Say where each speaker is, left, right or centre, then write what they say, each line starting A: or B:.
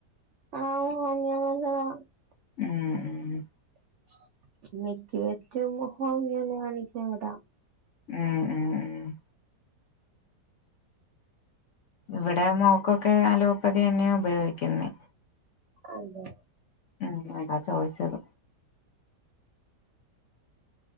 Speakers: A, on the right (about 70°); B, on the left (about 70°).
A: ആവൂ <unintelligible>
B: മ്മ് മ്മ് മ്മ്
A: <unintelligible>
B: മ്മ്മ്മ് മ്മ് ഇവിടെ മോക്കൊക്കെ അലോപ്പതി എണ്ണയാ ഉപയോഗിക്കുന്നത്
A: അതെ
B: ഉം അതാ ചോദിച്ചത്